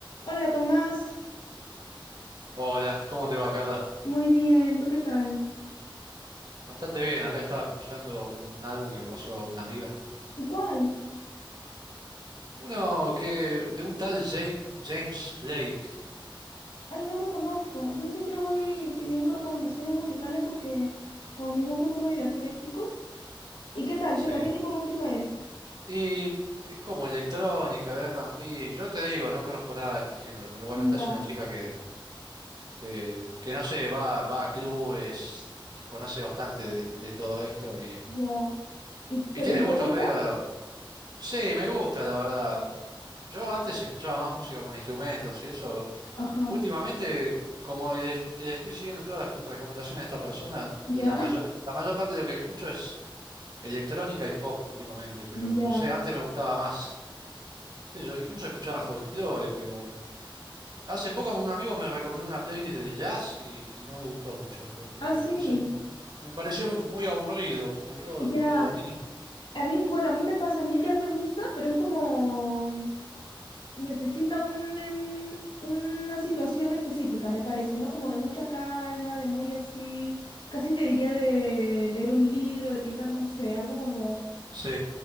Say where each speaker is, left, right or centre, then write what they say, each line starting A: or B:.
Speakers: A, on the left; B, on the right.
A: Hola Tomás,
B: Hola, ¿cómo te va, Carla?
A: muy bien, ¿tú qué tal?
B: Bastante bien, acá estaba escuchando un, un álbum que me pasó una amiga.
A: ¿Cuál?
B: Uno que, de un tal Jake, James Blake.
A: Ay, no lo conozco. Yo siempre voy pidiendo recomendaciones musicales porque como mis gustos son medio eclécticos. ¿Y qué tal?
B: Sí.
A: ¿Qué tal? ¿Qué tipo de música es?
B: Y es como electrónica, R&B. Yo te digo, no conozco nada de este género, pero bueno,
A: Ya,
B: esta es una chica que, que, que no sé, va, va a clubes y conoce bastante de, de todo esto y,
A: ya. ¿Y,
B: y
A: pero
B: tiene
A: ¿y
B: gustos
A: te gusta?
B: medio... Sí, me gusta, la verdad. Yo antes escuchaba más música con instrumentos y eso.
A: Ajá.
B: Últimamente, como es- estoy siguiendo todas las co- recomendaciones de esta persona, la
A: Ya, <laughs>
B: mayor, la mayor parte de lo que escucho es electrónica y pop últimamente, pero
A: ya.
B: no sé, antes me gustaba más. Qué sé yo, incluso escuchaba folclore, pero hace poco un amigo me recomendó una playlist de jazz y, y no me gustó mucho, porque,
A: Ah, sí.
B: no sé, me me pareció muy aburrido, como que todo
A: Ya.
B: era lo mismo.
A: A mí, bueno, a mí me pasa, a mí el jazz me gusta, pero es como Necesita un, en- una situación específica, me parece, ¿no? Como de mucha calma, de muy así, casi te diría de leer un libro, de pintar, no sé, algo como,
B: Sí,